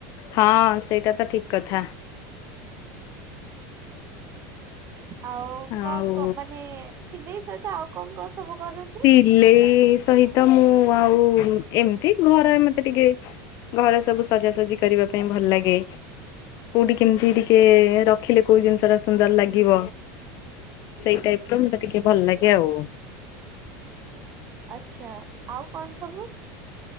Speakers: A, on the left; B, on the right.
A: ହଁ ସେଇଟା ତ ଠିକ କଥା।
B: ଆଉ କଣ
A: ଆଉ
B: କ ମାନେ ସିଲେଇ ସହିତ ଆଉ କଣ କଣ? ସବୁ କରନ୍ତି?
A: ସିଲେଇ ସହିତ ମୁଁ ଆଉ ଏମତି ଘରେ ମତେ ଟିକେ ଘରେ ସବୁ ସଜାସଜି କରିବା ପାଇଁ ଭଲ ଲାଗେ। କୋଉଠି କେମତି ଟିକେ ରଖିଲେ କୋଉ ଜିନିଷ ଟା ସୁନ୍ଦର ଲାଗିବ। ସେଇ ଟାଇପର ମତେ ଟିକେ ଭଲ ଲାଗେ ଆଉ।
B: ଆଚ୍ଛା। ଆଉ କଣ ସବୁ?